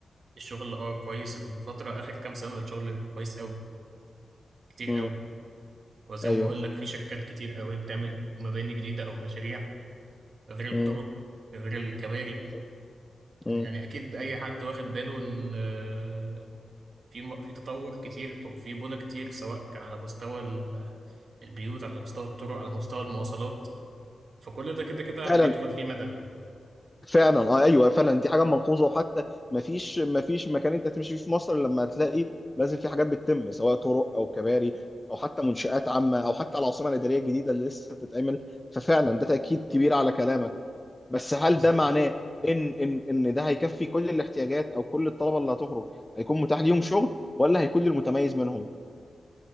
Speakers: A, on the right; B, on the left.
A: الشغل اه كويس الفترة آخر كام سنة الشغل كويس أوي كتير
B: مم.
A: أوي وزي
B: ايوه
A: ما بقول لك في شركات كتير أوي بتعمل مباني جديدة أو مشاريع غير الطرق
B: مم.
A: غير الكباري
B: أيوة. مم.
A: يعني أكيد أي حد واخد باله إن آه، في م- في تطور كتير أو في بنى كتير سواء على مستوى ال- البيوت على مستوى الطرق على مستوى المواصلات فكل ده كده كده
B: فعلا
A: بيدخل فيه مدني
B: فعلا اه ايوه فعلا دي حاجه ملحوظه وحتى ما فيش ما فيش مكان انت تمشي فيه في مصر إلا لما هتلاقي لازم في حاجات بتتم سواء طرق او كباري او حتى منشآت عامه او حتى العاصمه الاداريه الجديده اللي لسه بتتعمل ففعلا ده تاكيد كبير على كلامك بس هل
A: بالظبط
B: ده معناه ان ان ان ده هيكفي كل الاحتياجات او كل الطلبه اللي هتخرج هيكون متاح ليهم شغل ولا هيكون للمتميز منهم؟